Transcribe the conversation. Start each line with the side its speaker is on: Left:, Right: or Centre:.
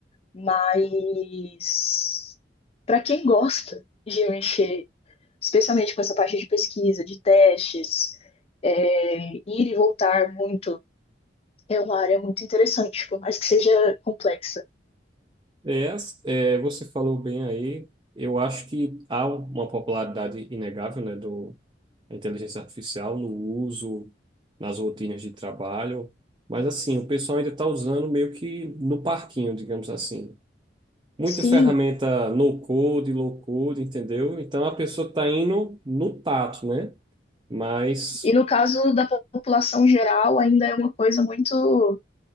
Left: Mas para quem gosta de mexer, especialmente com essa parte de pesquisa, de testes, é, ir e voltar muito, é uma área muito interessante, por mais que seja complexa.
Right: É, as- é, você falou bem aí. Eu acho que há uma popularidade inegável, né, do da inteligência artificial no uso, nas rotinas de trabalho. Mas assim, o pessoal ainda está usando meio que no parquinho, digamos assim. Muita
Left: Sim,
Right: ferramenta no code, low code, entendeu? Então a pessoa está indo no tato, né? Mas,
Left: E no caso da população geral, ainda é uma coisa muito.